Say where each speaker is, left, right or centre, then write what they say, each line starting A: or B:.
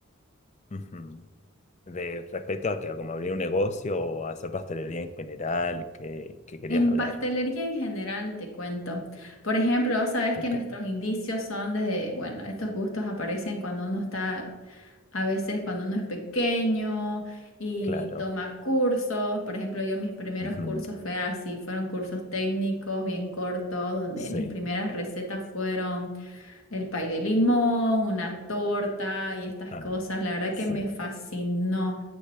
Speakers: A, on the left; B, on the left.
A: Ujú. De respecto a que a como abrir un negocio o hacer pastelería en general, ¿qué qué querías
B: En
A: hablar.
B: pastelería en general, te cuento. Por ejemplo, vos sabés
A: Ok,
B: que nuestros indicios son desde, bueno, estos gustos aparecen cuando uno está, a veces cuando uno es pequeño y
A: claro.
B: toma cursos. Por ejemplo, yo mis primeros
A: Ujú.
B: cursos fue así, fueron cursos técnicos bien cortos, donde
A: Sí,
B: mis primeras recetas fueron El pay de limón, una torta y estas
A: ah,
B: cosas, la verdad
A: sí,
B: que me fascinó.